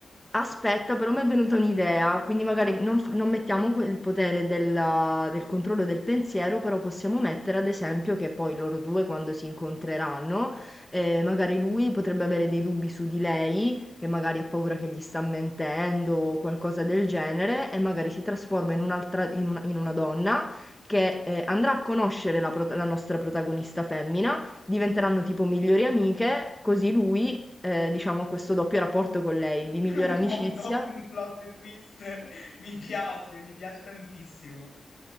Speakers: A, in the centre; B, on the left.
A: Aspetta, però mi è venuta un'idea, quindi magari non, f- non mettiamo que- il potere della- del controllo del pensiero, però possiamo mettere ad esempio che poi loro due quando si incontreranno, eh, magari lui potrebbe avere dei dubbi su di lei, che magari ha paura che gli sta mentendo o qualcosa del genere, e magari si trasforma in un'altra, in una, in una donna che eh, andrà a conoscere la, prot- la nostra protagonista femmina, diventeranno tipo migliori amiche, così lui eh, diciamo, questo doppio rapporto con lei, di
B: <laughs>
A: migliore
B: Un
A: amicizia.
B: po' un, dop- un plot twist. <laughs> Mi piace, mi piace tantissimo.